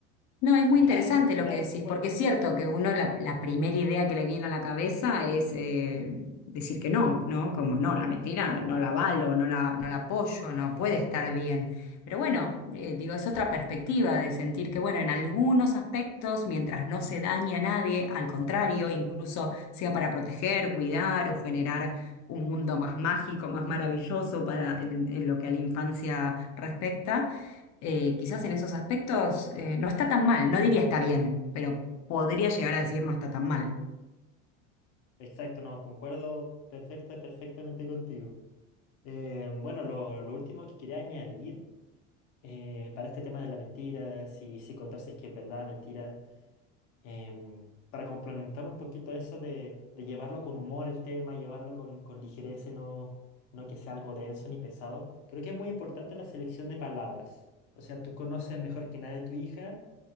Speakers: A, on the left; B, on the left.
A: No, es
B: y
A: muy
B: claro,
A: interesante
B: y
A: lo
B: claro,
A: que decís,
B: concuerdo.
A: porque es cierto que uno la, la primera idea que le viene a la cabeza es eh, decir que no, ¿no? Como no, la mentira no la avalo, no la, no la apoyo, no puede estar bien. Pero bueno, eh, digo, es otra perspectiva de sentir que, bueno, en algunos aspectos, mientras no se daña a nadie, al contrario, incluso sea para proteger, cuidar o generar un mundo más mágico, más maravilloso para en en lo que a la infancia respecta eh, quizás en esos aspectos eh, no está tan mal, no diría está bien, pero podría llegar a decir no está tan mal.
B: Exacto, no, concuerdo perfecta, perfectamente contigo. Eh, bueno, lo, lo último que quería añadir eh, para este tema de la mentira, si, si contar si es que es verdad, mentira, em, para complementar un poquito eso de, de llevarlo con humor el tema, llevarlo con, con ligereza y no, no que sea algo denso ni pesado, creo que es muy importante la selección de palabras. O sea, tú conoces mejor que nadie a tu hija